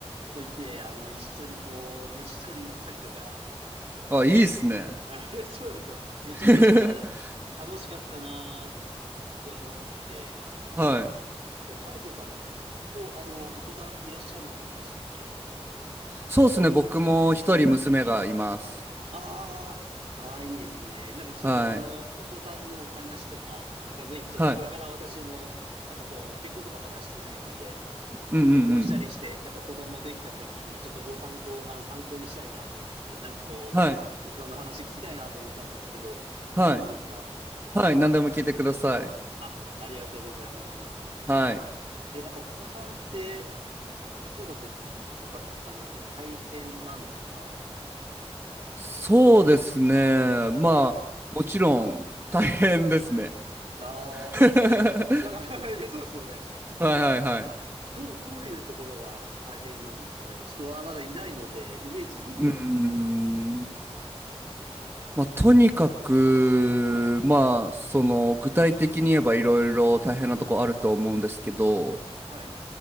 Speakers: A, on the right; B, on the right.
A: 子いて、あの、一緒にこう、虫取り行ったりとか、
B: あ、いいっすね。
A: <laughs> あいやそうなんですよ。めちゃめちゃこ
B: <laughs>
A: う、楽しかったなーって思ってて、
B: はい。
A: なんか、こう、ハルトさん、もうあの、お子さんいらっしゃるんでしたっけ
B: そうっすね。僕も一人娘がいます。
A: ああ、かわいいですね。なんかちょっとそのお子さんのお話とか、
B: はい。
A: なんかぜひちょっとこれから私も、
B: はい。
A: やっぱこう結婚とかまだしてないので、
B: うんうん
A: ちょっと結婚したりして、やっぱ子供できた時にちょっとご参考、あの参考にしたいなと思って、なんかこう、
B: うん。はい。
A: 奥さんの話聞きたいなと思ったんですけど、
B: はい。
A: いいですか
B: はい。何でも聞いてください。
A: あ、ありがとうございます。
B: はい。
A: え、やっぱお子さんって子育てとか、あの、やっぱ大変なんですか
B: そうですね。
A: はい。
B: まあ、もちろん大変ですね。
A: ああ、
B: <laughs> は
A: え、なんか <laughs> いや、そうですよね。
B: いはいはい。
A: え、ど、どう、どういうところがやっぱ大変なんですかね。ちょっとまだいないので、イメージできなくてですね。
B: うーん。まあ、とにかく、
A: はい、
B: まあ、その、具体的に言えばいろいろ大変なとこあると思うんですけど、
A: はい、